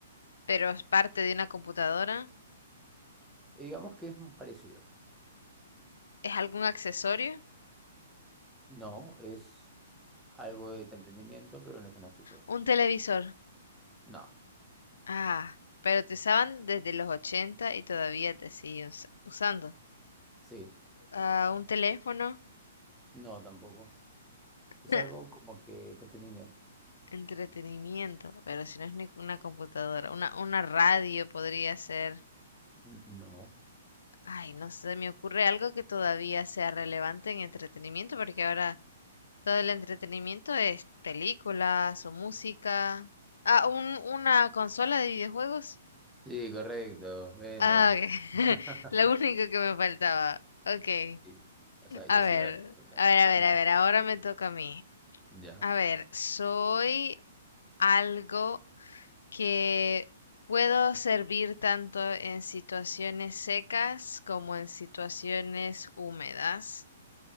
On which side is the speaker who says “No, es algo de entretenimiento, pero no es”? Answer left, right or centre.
Centre